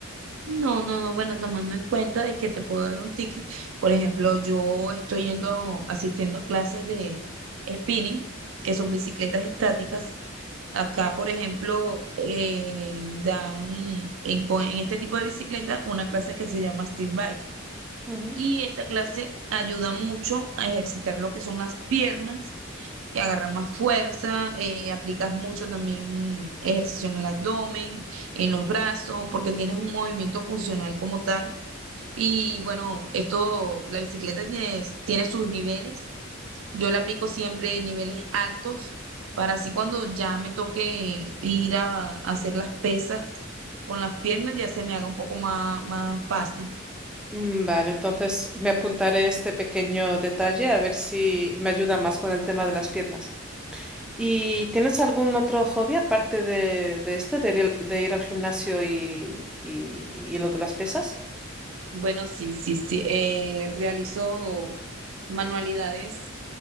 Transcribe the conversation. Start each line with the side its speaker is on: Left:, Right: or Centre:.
Right: No, no, no, bueno, tomando en cuenta de que te puedo dar un ticket. Por ejemplo, yo estoy yendo, a- asistiendo a clases de spinning, que son bicicletas estáticas. Acá, por ejemplo, eh, dan en, con- en este tipo de bicicleta una clase que se llama street bike.
Centre: Ujú.
Right: Y esta clase ayuda mucho a ejercitar lo que son las piernas y agarrar más fuerza, eh, aplicas mucho también ejercicio en el abdomen, en los brazos, porque tienes un movimiento funcional como tal. Y bueno, esto, la bicicleta tiene, tiene sus niveles. Yo le aplico siempre niveles altos para así cuando ya me toque ir a, a hacer las pesas con las piernas, ya se me haga un poco más, más fácil.
Centre: Mm, Vale, entonces me apuntaré este pequeño detalle a ver si me ayuda más con el tema de las piernas. ¿Y tienes algún otro hobby aparte de, de este, de ir, al de ir al gimnasio y, y- y lo de las pesas?
Right: Bueno, sí, sí, sí. eh, realizo manualidades